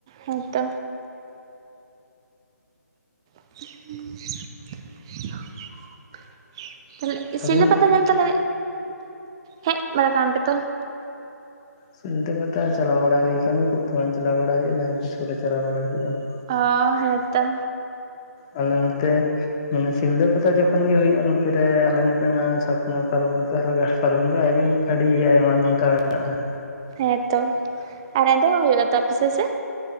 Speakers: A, on the right; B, on the left.
A: ᱦᱮᱸᱛᱚ᱾ <unintelligible> ᱛᱟᱦᱚᱞᱮ
B: ᱟᱹᱵᱤᱱ
A: ᱥᱷᱤᱞᱫᱟᱹ ᱯᱟᱛᱟ ᱧᱮᱞ ᱛᱟᱦᱟᱞᱮ ᱦᱮᱡ ᱵᱟᱲᱟ ᱠᱟᱱᱟ ᱯᱮ ᱛᱚ?
B: ᱥᱷᱤᱞᱫᱟᱹ ᱯᱟᱛᱟ ᱪᱟᱞᱟᱣ ᱵᱟᱲᱟ ᱦᱩᱭ ᱠᱟᱱᱟ ᱠᱷᱩᱵ ᱛᱷᱚᱲᱟ ᱵᱟᱝ ᱪᱟᱞᱟᱣ ᱵᱟᱲᱟ ᱦᱩᱭᱩᱜᱼᱟ ᱡᱟᱦᱟᱸ ᱛᱤᱥ ᱠᱚᱨᱮ ᱪᱟᱞᱟᱣ ᱵᱟᱲᱟ ᱦᱳᱭᱳᱜᱼᱟ ᱾
A: ᱚ ᱦᱮᱸ ᱛᱚ᱾
B: ᱟᱞᱮ ᱱᱚᱱᱛᱮ ᱢᱟᱱᱮ ᱥᱤᱞᱫᱟᱹ ᱯᱟᱛᱟ ᱡᱚᱠᱷᱚᱱ ᱜᱮ ᱦᱩᱭᱩᱜᱼᱟ ᱱᱚᱛᱮ ᱨᱮ ᱟᱞᱮ ᱱᱟᱛᱮᱱᱟᱜ ᱪᱷᱟᱛᱱᱟ ᱯᱟᱨᱵᱚᱱ ᱦᱚᱨᱚᱜᱟ᱾ ᱯᱟᱨᱜᱚᱱ ᱜᱮ ᱟᱹᱨᱤ ᱟᱹᱰᱤ ᱟᱭᱢᱟ ᱱᱚᱝᱠᱟ ᱢᱮᱱᱟᱜᱼᱟ ᱾
A: ᱦᱮᱸ ᱛᱚ᱾ ᱟᱨ ᱮᱸᱫᱮ ᱦᱚ ᱦᱩᱭᱩᱜᱼᱟ ᱛᱚ ᱟᱯᱟᱥᱮᱜ ᱥᱮ?